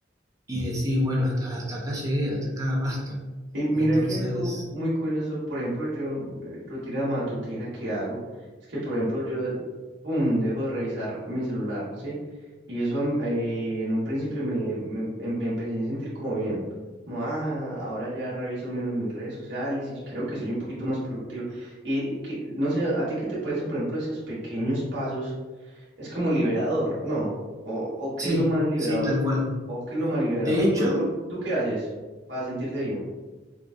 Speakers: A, on the right; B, on the right.
A: y decís, bueno, hasta, hasta acá llegué, hasta acá basta.
B: Y mira
A: Y entonces,
B: que algo muy curioso, por ejemplo, yo, eh, rutina matutina que hago, es que, por ejemplo, yo, pum, dejo de revisar mi celular, ¿sí? Y eso am- eh, en un principio me, me, em- me empecé a sentir como bien, como, ah, ahora ya reviso menos mis redes sociales y creo que soy un poquito más productivo. Y, y que, no sé, ¿a ti qué te parece, por ejemplo, esos pequeños pasos? Es como liberador, ¿no? O, o qué
A: sí,
B: es lo más liberador,
A: sí, tal cual.
B: o qué es lo más liberador.
A: De hecho,
B: Por ejemplo, ¿tú qué haces para sentirte bien?